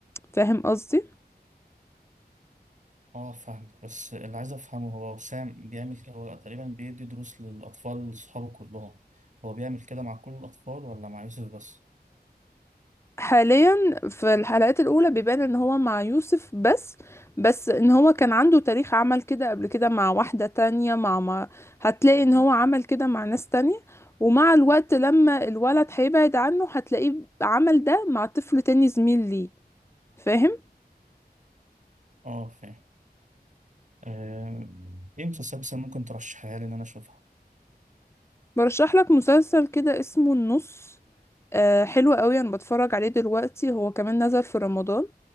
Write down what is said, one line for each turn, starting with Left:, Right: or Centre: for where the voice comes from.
Left: فاهم قصدي؟
Right: اه فاهم بس اللي عايز افهمه هو وسام بيعمل كده هو تقريبا بيدي دروس للاطفال لصحابه كلهم هو بيعمل كده مع كل الاطفال ولا مع يوسف بس؟
Left: حاليا في الحلقات الأولى بيبان إن هو مع يوسف بس بس إن هو كان عنده تاريخ عمل كده قبل كده مع واحدة تانية مع ما هتلاقي إن هو عمل كده مع ناس تانية ومع الوقت لما الولد هيبعد عنه هتلاقيه عمل ده مع طفل تاني زميل ليه فاهم؟
Right: اه فاهم آه، ايه مسلسلات بس ممكن ترشحها لي ان انا اشوفها؟
Left: برشح لك مسلسل كده اسمه النص آه حلو قوي انا بتفرج عليه دلوقتي هو كمان نزل في رمضان